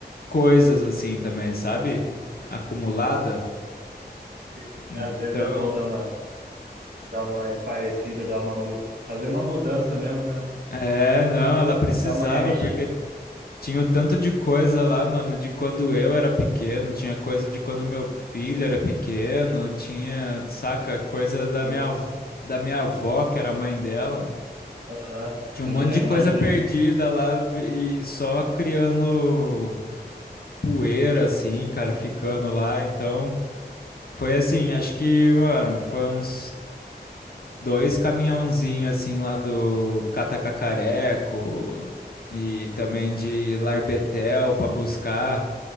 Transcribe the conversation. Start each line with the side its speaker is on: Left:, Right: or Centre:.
Left: coisas assim também, sabe? Acumulada.
Right: Sim.
Left: Então.
Right: Às vezes é bom dar uma, dar uma espairecida, dar uma, mu- fazer uma mudança mesmo, né?
Left: É, não, ela precisava,
Right: Dar uma remexida,
Left: porque Tinha o tanto de coisa lá, mano, de quando eu era pequeno, tinha coisa de quando meu filho era pequeno, tinha, saca, coisa da
Right: sim.
Left: minha avó, da minha avó, que era a mãe dela.
Right: Aham,
Left: Tinha
Right: sim,
Left: um monte
Right: é,
Left: de
Right: imagino.
Left: coisa perdida lá vi- e só criando poeira, assim, cara, ficando lá. Então, foi assim, acho que, mano, foi uns dois caminhãozinhos, assim, lá do Catacacareco e também de Larbetel pra buscar.